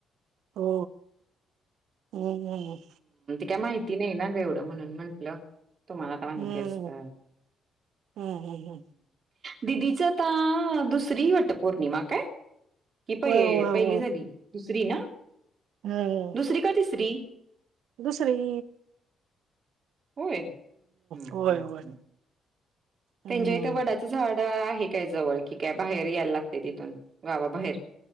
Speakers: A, on the right; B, on the right.
A: हो हू हू हू.
B: का माहिती नाही ना ग एवढं म्हणून म्हंटलं. तुम्हाला तर माहिती
A: हम्म
B: असत.
A: हम्म हम् हम्.
B: दिदीचं तर दुसरी वाट पोर्णिमा काय. कि पहि
A: होय होय
B: पहिली
A: होय
B: झाली. दुसरी ना.
A: हम्म
B: दुसरी का तिसरी.
A: दुसरी.
B: होय हम्म हम्म
A: होय होय
B: हम्म. त्यांच्या
A: हम्म
B: इथं वडाचं झाड. आहे काय जवळ कि, काय बाहेर यायला लागते तिथून गावाबाहेर.